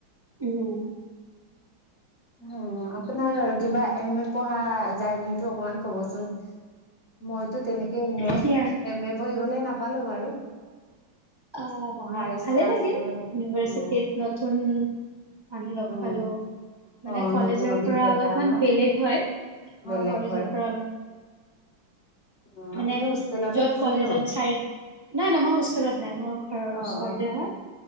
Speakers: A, on the right (about 40°); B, on the left (about 35°).
A: উম
B: উ আপোনাৰ কিবা এম এ পঢ়া জাৰ্ণিটো অকমান ক'বচোন মইতো তেনেকে এম এ
A: কি আৰু
B: এম এ পঢ়িবলে নাপালো বাৰু
A: অ
B: পঢ়াৰ
A: মানে
B: ইচ্ছা
A: ভালে লাগিল
B: আছিলে
A: ইউনিভাৰ্চিটিত
B: অ',
A: নতুন আমি লগ
B: উম।
A: পালো মানে
B: অ',
A: কলেজৰ
B: নতুন অভিজ্ঞতা
A: পৰা অলপমান
B: ন
A: বেলেগ হয়।
B: বেলেগ
A: অ', কলেজৰ
B: হয়,
A: পৰা
B: অ',
A: মানে
B: আপুনি হোষ্টেলতে
A: য'ত
B: আছিলে
A: কলেজত
B: ন?
A: চাই নাই নাই মই হোষ্টেলত। নাই মোৰ ঘৰৰ
B: অ',
A: ওচৰতে
B: অ',
A: হয়।